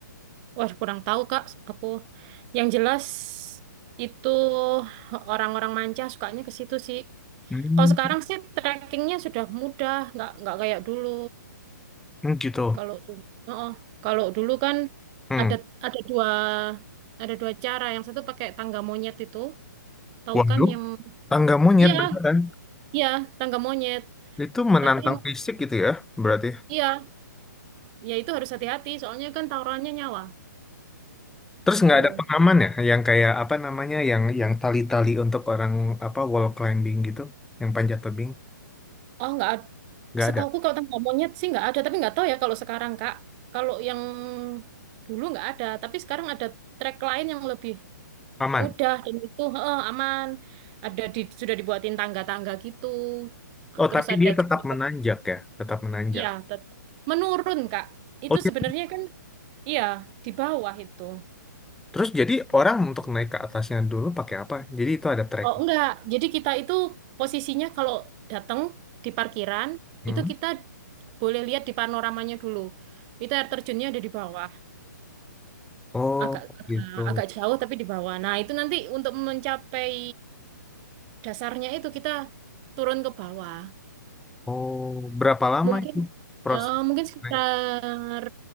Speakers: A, on the right; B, in the centre.
A: Wah, kurang tahu, Kak. Aku yang jelas itu orang-orang manca sukanya ke situ sih.
B: Hmm,
A: Kalau sekarang sih trekkingnya sudah mudah, nggak nggak kayak dulu.
B: hmm, gitu.
A: Kalau dulu, oh, kalau dulu kan
B: Hmm.
A: ada ada dua ada dua cara. Yang satu pakai tangga monyet itu, tahu
B: Waduh,
A: kan yang
B: tangga monyet
A: iya
B: beneran.
A: iya tangga monyet.
B: Itu menantang
A: Tapi
B: fisik gitu ya, berarti.
A: iya, ya itu harus hati-hati. Soalnya kan taruhannya nyawa.
B: Terus nggak
A: Tuh,
B: ada pengaman ya, yang kayak apa namanya, yang yang tali-tali untuk orang apa wall climbing gitu, yang panjat tebing,
A: oh nggak
B: nggak
A: Setauku
B: ada.
A: kalau tangga monyet sih nggak ada, tapi nggak tahu ya kalau sekarang Kak. Kalau yang dulu nggak ada, tapi sekarang ada trek lain yang lebih
B: Aman.
A: mudah dan itu heeh, aman. Ada di, sudah dibuatin tangga-tangga gitu. Nah,
B: Oh,
A: Terus
B: tapi
A: ada
B: dia tetap
A: juga,
B: menanjak ya, tetap menanjak.
A: iya, tet- menurun Kak. Itu
B: Oh, dia.
A: sebenarnya kan, iya di bawah itu.
B: Terus jadi orang untuk naik ke atasnya dulu pakai apa? Jadi itu ada trek.
A: Oh enggak, jadi kita itu posisinya kalau datang di parkiran
B: Mhm.
A: itu kita boleh lihat di panoramanya dulu. Itu air terjunnya ada di bawah.
B: Oh,
A: agak agak
B: gitu.
A: agak jauh tapi di bawah. Nah, itu nanti untuk mencapai dasarnya itu kita turun ke bawah.
B: Oh, berapa lama
A: Mungkin
B: itu proses?
A: eh, mungkin sekitar
B: naik?